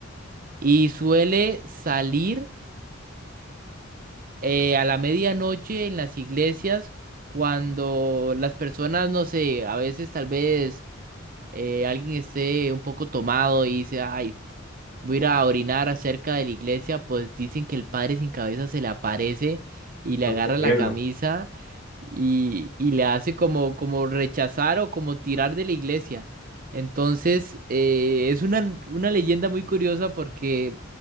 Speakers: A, on the right; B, on the left.
A: Y suele salir eh, a la medianoche en las iglesias cuando las personas, no sé, a veces tal vez eh, alguien esté un poco tomado y dice, ay, voy a ir a orinar acerca de la iglesia, pues dicen que el padre sin cabeza se le aparece y le
B: No
A: agarra
B: te niego.
A: la camisa y, y le hace como, como rechazar o como tirar de la iglesia. Entonces, eh, es una, una leyenda muy curiosa porque